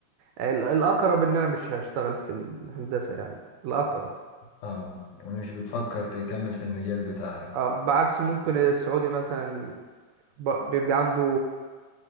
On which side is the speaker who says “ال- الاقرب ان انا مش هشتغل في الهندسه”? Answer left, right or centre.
Right